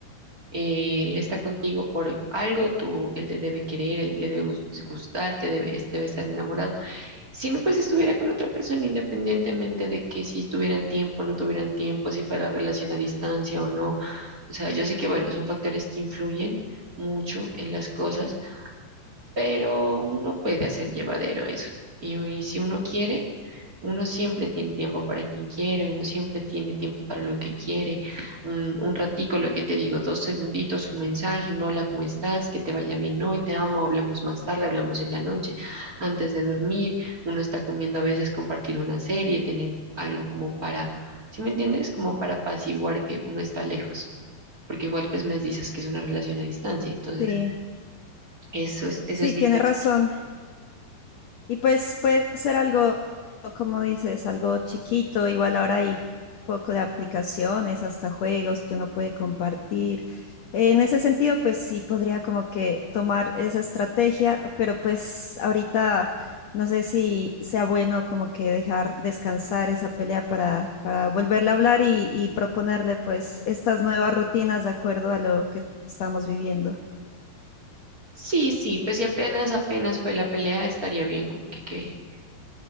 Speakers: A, on the right (about 30°); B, on the left (about 65°).
A: eh, Él está contigo por algo, tú, él le debe querer, él le debe gus- gustar, te debe, es- debe estar enamorado. Si no, pues estuviera con otra persona, independientemente de que si tuvieran tiempo, no tuvieran tiempo, si fuera relación a distancia o no. O sea, yo sé que, bueno, son factores que influyen mucho en las cosas pero uno puede hacer llevadero eso. Y, y si uno quiere, uno siempre tiene tiempo para quien quiere, uno siempre tiene tiempo para lo que quiere. Un, un ratico, lo que te digo, dos segunditos, un mensaje, un hola, ¿cómo estás? Que te vaya bien hoy, te amo, hablamos más tarde, hablamos en la noche, antes de dormir. Uno está comiendo a veces compartir una serie, tener algo como para, ¿sí me entiendes? Como para apaciguar que uno está lejos. Porque igual pues me dices que es una relación a distancia, entonces
B: Sí,
A: eso es, eso
B: sí,
A: es difícil.
B: tiene razón. Y pues puede ser algo, como dices, algo chiquito, igual ahora hay poco de aplicaciones, hasta juegos que uno puede compartir. Eh, En ese sentido, pues sí podría como que tomar esa estrategia, pero pues ahorita no sé si sea bueno como que dejar descansar esa pelea para, para volverle a hablar y, y proponerle pues estas nuevas rutinas de acuerdo a lo que estamos viviendo.
A: Sí, sí, pues si apenas, apenas fue la pelea, estaría bien, como que, que,